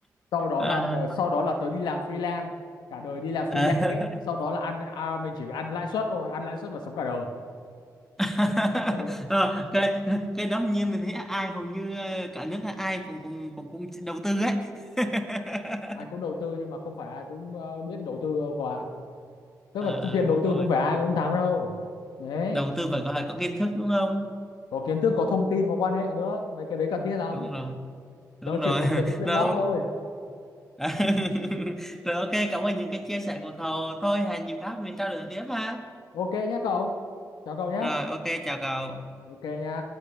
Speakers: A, on the left; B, in the centre.
A: sau đó
B: À,
A: là ờ, sau đó là tớ đi làm freelance cả đời đi làm freelance
B: À,
A: hết sau đó là ăn à, mình chỉ ăn lãi suất thôi ăn lãi suất và sống cả đời
B: <laughs>
A: Thật đấy
B: Ờ, cái cái đó như mình thấy ai hầu như ờ, cả nước ai cũng cũng cũng cũng đầu tư ấy. <laughs>
A: ai cũng đầu tư nhưng mà không phải ai cũng ờ, biết đầu tư đâu quả tức
B: Ờ,
A: là thực hiện
B: ờ, đúng
A: đầu tư
B: rồi
A: không phải ai cũng thắng đâu đấy
B: đầu tư phải có phải có kiến thức đúng không?
A: có kiến thức
B: Ừ,
A: có thông tin có quan hệ nữa mấy cái đấy cần thiết lắm
B: đúng rồi. đúng
A: tớ
B: rồi
A: chỉ muốn
B: <laughs>
A: tớ trúng Vietlott
B: rồi
A: thôi
B: À, <laughs> rồi ok cảm ơn những cái chia sẻ của cậu thôi hẹn dịp khác mình trao đổi tiếp ha
A: ok nhé cậu chào cậu nhé
B: rồi ok chào cậu
A: ok nha